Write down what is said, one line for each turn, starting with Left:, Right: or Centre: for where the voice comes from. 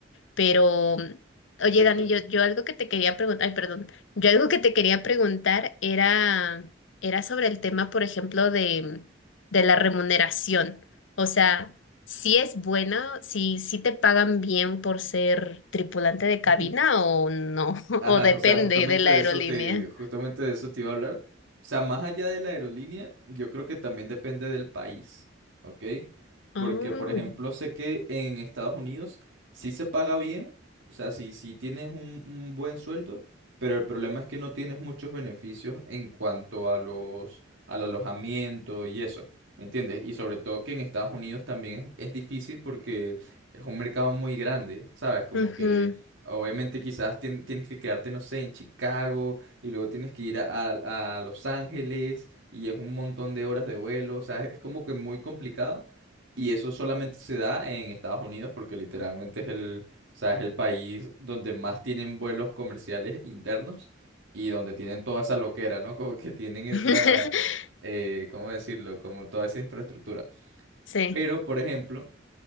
Left: Pero, oye,
Right: Exacto.
Left: Dani, yo, yo algo que te quería preguntar, ay, perdón, yo algo que te quería preguntar era, era sobre el tema, por ejemplo, de, de la remuneración. O sea, si es buena, si, si te pagan bien por ser tripulante de cabina
Right: <laughs>
Left: o no, <laughs>
Right: Ajá,
Left: o depende
Right: o sea, justamente
Left: de la
Right: de
Left: aerolínea.
Right: eso te, justamente de eso te iba a hablar. O sea, más allá de la aerolínea, yo creo que también depende del país, ¿ok?
Left: Oh,
Right: Porque, por ejemplo, sé que en Estados Unidos sí se paga bien, o sea, sí, sí tienes un, un buen sueldo, pero el problema es que no tienes muchos beneficios en cuanto a los, al alojamiento y eso, ¿me entiendes? Y sobre todo que en Estados Unidos también es, es difícil porque es un mercado muy grande, ¿sabes? Como
Left: ujú.
Right: que Obviamente quizás tien- tienes que quedarte, no sé, en Chicago y luego tienes que ir a, a- a Los Ángeles y es un montón de horas de vuelo, o sea, es como que muy complicado y eso solamente se da en Estados Unidos porque literalmente es el, o sea, es el país donde más tienen vuelos comerciales internos y donde tienen toda esa loquera, ¿no? Como que tienen esa,
Left: <laughs>
Right: eh, ¿cómo decirlo? Como toda esa infraestructura.
Left: Sí.
Right: Pero, por ejemplo